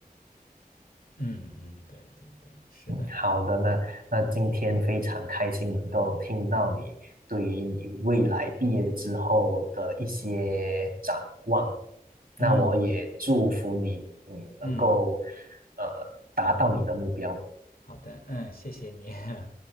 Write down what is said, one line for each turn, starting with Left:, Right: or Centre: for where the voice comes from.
Left: 嗯嗯，对对对，是的，
Right: 嗯，好的，那那今天非常开心能够听到你对于你未来毕业之后的一些展望，那我也祝福你，
Left: 嗯
Right: 嗯，能够
Left: 嗯，
Right: 呃达到你的目标。
Left: 好的，嗯，谢谢你，<laughs>